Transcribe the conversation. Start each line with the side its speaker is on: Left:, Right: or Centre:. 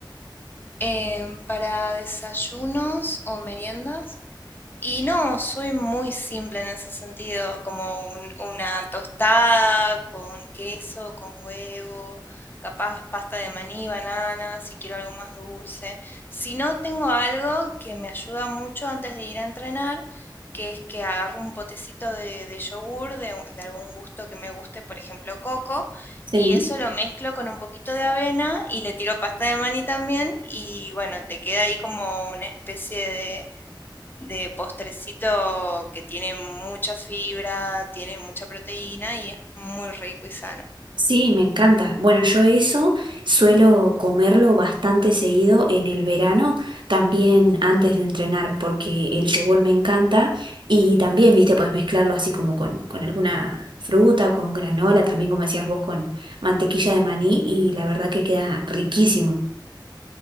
Left: Em, para desayunos o meriendas. Y no, soy muy simple en ese sentido, como un- una tostada con queso, con huevo, capaz pasta de maní, banana, si quiero algo más dulce. Si no, tengo algo que me ayuda mucho antes de ir a entrenar, que es que agarro un potecito de, de yogur de, un- de algún gusto que me guste, por ejemplo, coco,
Right: Sí.
Left: y eso lo mezclo con un poquito de avena y le tiro pasta de maní también, y bueno, te queda ahí como una especie de de postrecito que tiene mucha fibra, tiene mucha proteína y es muy rico y sano.
Right: Sí, me encanta. Bueno, yo eso suelo comerlo bastante seguido en el verano, también antes de entrenar, porque el yogur me encanta y también, viste, puedes mezclarlo así como con, con alguna fruta, con granola, también como decías vos, con mantequilla de maní y la verdad que queda riquísimo.